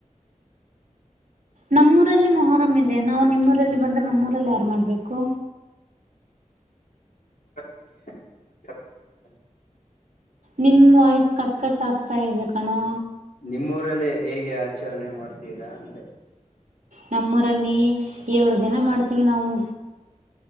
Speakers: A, on the right; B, on the left.
A: ನಮ್ಮೂರಲ್ಲಿ ಮೊಹರಂ ಇದೆ ನಾವು ನಿಮ್ಮೂಊರಲ್ಲಿ ಬಂದ್ರೆ ನಮ್ಮೂರಲ್ಲಿ ಯಾರು ಮಾಡ್ಬೇಕು.
B: ಮೂರಲ್ಲಿಂಗೆ ಆಚರಣೆ ಮಾಡೋದ.
A: ನಿಮ್ಮ ವಾಯ್ಸ್ ಕಟ್ ಕಟ್ ಆಗ್ತಾ ಇದೆ ಕಣೋ.
B: ನಿಮ್ಮೂರಲ್ಲೇ ಹೇಗೆ ಆಚರಣೆ ಮಾಡ್ತೀರಾ ಅಂದೆ.
A: ನಮ್ಮೂರಲ್ಲಿ ಏಳು ದಿನ ಮಾಡ್ತೀವಿ ನಾವು.